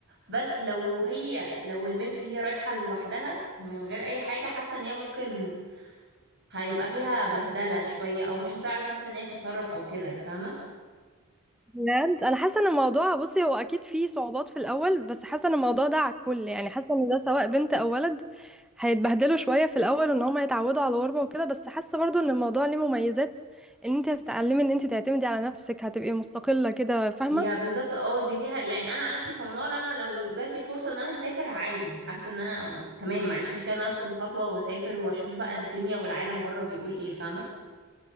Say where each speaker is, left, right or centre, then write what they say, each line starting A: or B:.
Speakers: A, on the right; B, in the centre.
A: بس لو هي لو البنت هي رايحة لوحدها من غير أي حاجة حاسة ان هي ممكن هيبقى فيها بهدلة شوية أو مش هتعرف مثلا ان هي تتصرف أو كده فاهمة؟
B: بجد انا حاسه ان الموضوع بصي هو اكيد فيه صعوبات في الاول بس حاسه ان الموضوع ده على الكل يعني حاسه ان ده سواء بنت او ولد هيتبهدلوا شويه في الاول وان هم يتعودوا على الغربه وكده بس حاسه برضو ان الموضوع ليه مميزات ان انت هتتعلمي ان انت تعتمدي على نفسك هتبقي مستقله كده فاهمه
A: يا بالظبط اه دي ليها يعني انا عن نفسي كمنار انا لو جات لي فرصه ان انا هسافر عادي حاسه ان انا تمام ما عنديش مشكله ان انا اخد الخطوه واسافر واشوف بقى الدنيا والعالم بره بيقول ايه فاهمه